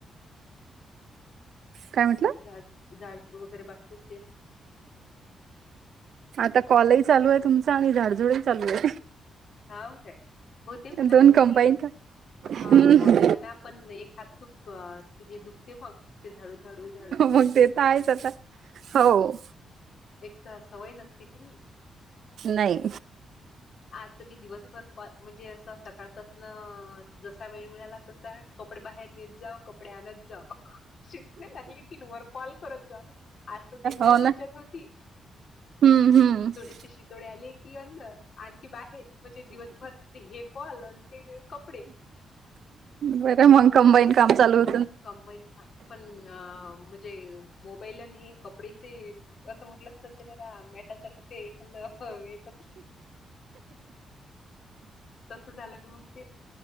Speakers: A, on the right; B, on the left.
A: काय म्हटला?
B: झाड झाडझुड वगैरे बाकी असेल?
A: चं आता कॉलही चालूय तुमचा आणि झाडझुडही चालूय
B: हाव काय होते म्हणा
A: दोन
B: दोन्ही
A: कंबाईन का
B: हा
A: हम्म
B: होते म्हणा पण एक हात खूप हा ते हे दुखते बघ ते झाडू झाडू झाडू झाडू
A: मग ते तर आहेच आता हो
B: एक त सवय नसती कीनी
A: नाई
B: आज त मी दिवसभर म्हणजे असं सकाळ पासनं जसा वेळ मिळाला तसा कपडे बाहेर नेत जाव कपडे आणत जा शिकणे लागली की न वर कॉल करत जा. आज तर त्याच्याच
A: हो
B: हीच्यात
A: ना
B: होती,
A: हम्म हम्म
B: थोडीशी शितोडे आली कि अंदर. आणखी बाहेर म्हणजे दिवसभर ते हे पॉल आणि ते कपडे.
A: बरं मग कंबाईन काम चालूय.
B: कंबाईन ह पण म्हणजे मोबाईल आणि हे कपडेचे. असं म्हटलं तर ते जरा मॅटासारखे. <unintelligible> हो एक, तस झालं तर मग ते.